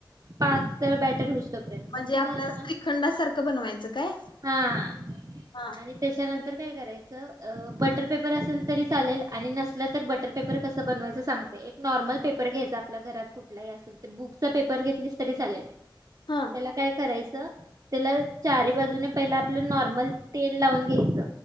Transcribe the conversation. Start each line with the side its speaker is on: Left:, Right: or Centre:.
Right: पातळ बॅटर होऊ तोपर्यंत
Left: म्हणजे
Right: मग ते
Left: आपल्या
Right: झालं
Left: श्रीखंडासारखं
Right: ना
Left: बनवायचं काय
Right: हा
Left: हा
Right: आणि त्याच्यानंतर काय करायचं बटर पेपर असेल तरी चालेल आणि नसलं तर बटर पेपर कसं बनवायचं सांगते एक नॉर्मल पेपर घ्यायचा आपल्या घरात कुठलाही असेल ते बुक्स पेपर घेतलीस तरी चालेल
Left: हा
Right: त्याला काय करायचं त्याला चारी बाजूने पहिला आपलं नॉर्मल तेल लावून घ्यायचं